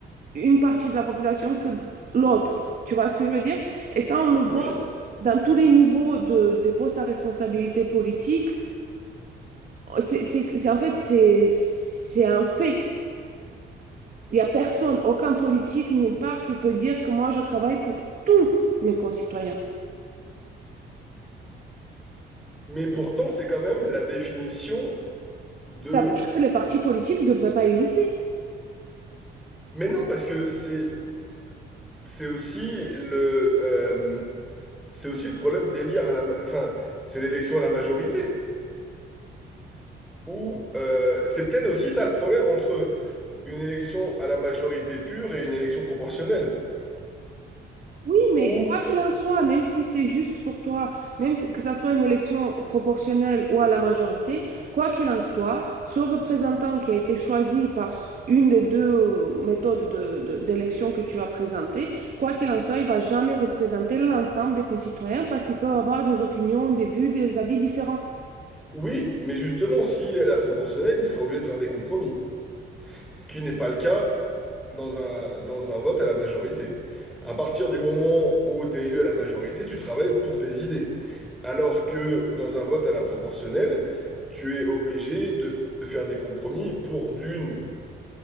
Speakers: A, on the right; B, in the centre.
A: une partie de la population que l'autre. Tu vois ce que je veux dire? Et ça, on le voit
B: Oui.
A: dans tous les niveaux de, des postes à responsabilité politique. C'est, c'est- c'est- en fait, c'est, c'est un fait. Il n'y a personne, aucun politique, nulle part, qui peut dire que moi, je travaille pour tous mes concitoyens.
B: Mais pourtant, c'est quand même la définition de...
A: Ça veut dire que les partis politiques ne devraient pas exister.
B: Mais non, parce que c'est c'est aussi le... euh, C'est aussi le problème d'élire à la... ma- Enfin, c'est l'élection à la majorité. Ou euh, c'est peut-être aussi ça le problème entre une élection à la majorité pure et une élection proportionnelle.
A: Oui, mais
B: Ou
A: quoi qu'il en soit, même si c'est juste pour toi, même si- que ça soit une élection proportionnelle ou à la majorité, quoi qu'il en soit, ce représentant qui a été choisi par s- une des deux euh, méthodes de- de- d'élection que tu as présentées, quoi qu'il en soit, il va jamais représenter l'ensemble des concitoyens parce qu'ils peuvent avoir des opinions, des vues, des avis différents.
B: oui, mais justement, s'il est à la proportionnelle, il sera obligé de faire des compromis. Ce qui n'est pas le cas dans un, dans un vote à la majorité. À partir du moment où tu es élu à la majorité, tu travailles pour tes idées. Alors que dans un vote à la proportionnelle, tu es obligé de de faire des compromis pour d'une